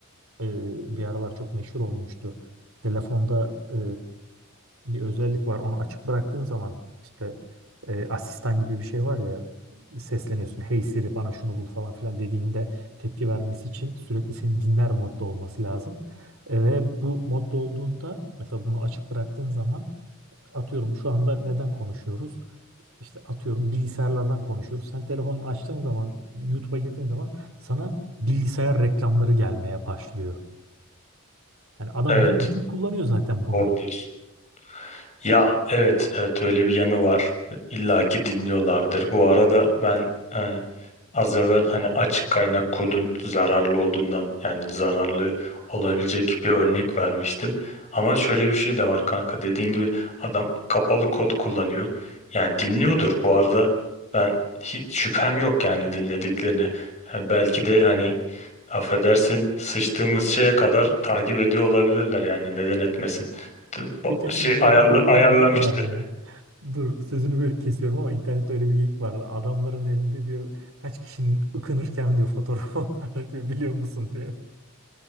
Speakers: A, on the right; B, on the left.
A: E, bir aralar çok meşhur olmuştu. Telefonda e, bir özellik var. Onu açık bıraktığın zaman işte e, asistan gibi bir şey var ya sesleniyorsun. Hey Siri bana şunu bul falan filan dediğinde tepki vermesi için sürekli seni dinler modda olması lazım. E, ve bu modda olduğunda mesela bunu açık bıraktığın zaman atıyorum şu anda neden konuşuyoruz? İşte atıyorum bilgisayarlardan konuşuyoruz. Sen telefonunu açtığın zaman, YouTube'a girdiğin zaman sana bilgisayar reklamları gelmeye başlıyor. Yani adam
B: Evet,
A: bunun için kullanıyor zaten bunu.
B: doğru diyorsun. Ya evet, evet öyle bir yanı var. İlla ki dinliyorlardır. Bu arada ben e, az evvel hani açık kaynak kodun zararlı olduğundan yani zararlı olabilecek bir örnek vermiştim. Ama şöyle bir şey de var kanka dediğin gibi adam kapalı kod kullanıyor. Yani dinliyordur bu arada ben hiç şüphem yok yani dinlediklerini. Yani belki de hani affedersin sıçtığımız şeye kadar takip ediyor olabilirler yani neden etmesin. Bu
A: Geçen
B: Şey
A: gün internette
B: ayarla,
A: öyle
B: ayarlamıştır.
A: bir geyik vardı ya. Dur sözünü böyle kesiyorum ama internette öyle bir geyik vardı. Adamların elinde diyor kaç kişinin ıkınırken diyor fotoğrafı <laughs> var diyor biliyor musun diyor.